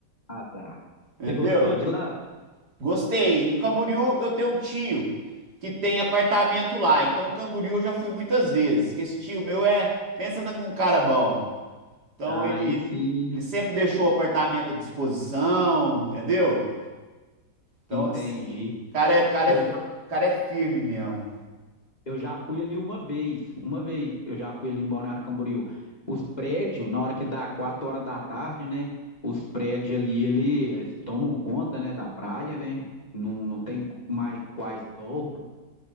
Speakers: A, on the left; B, on the right.
A: Ah, tá.
B: Entendeu?
A: Você gostou de lá?
B: Gostei. Em Camboriú eu tenho um tio que tem apartamento lá. Então em Camboriú eu já fui muitas vezes. Que esse tio meu é, pensa na- num cara bom. Então
A: Aí
B: ele,
A: sim,
B: ele sempre deixou o apartamento à disposição, entendeu? Então
A: entendi.
B: assim, o cara é, o cara
A: Eu
B: é, o
A: já,
B: cara é firme mesmo.
A: eu já fui ali uma vez, uma vez eu já fui ali em Balneário Camboriú. Os prédios, na hora que dá quatro horas da tarde, né? Os prédios ali, eles tomam conta, né, da praia, né? Não, não tem mais quais sou.